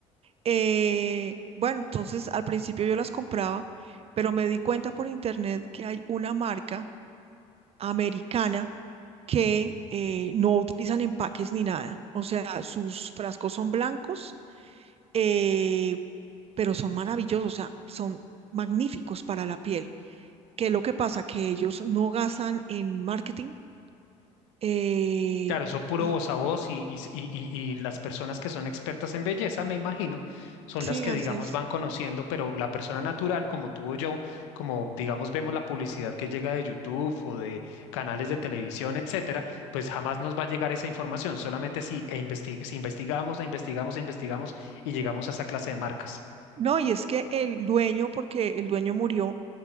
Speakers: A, on the right; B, on the left.
A: Eh, bueno, entonces al principio yo las compraba, pero me di cuenta por internet que hay una marca americana que eh, no utilizan empaques ni nada. O sea, sus frascos son blancos, eh, pero son maravillosos, o sea, son magníficos para la piel. ¿Qué es lo que pasa? Que ellos no gastan en marketing. eh,
B: Claro, eso puro
A: y
B: voz a voz y, y, y- y- y las personas que son expertas en belleza, me imagino, son
A: sí,
B: las que,
A: así
B: digamos,
A: es.
B: van conociendo, pero la persona natural, como tú o yo, como, digamos, vemos la publicidad que llega de YouTube o de canales de televisión, etcétera, pues jamás nos va a llegar esa información, solamente si, e investi- si investigamos, e investigamos, e investigamos y llegamos a esa clase de marcas.
A: No, y es que el dueño, porque el dueño murió,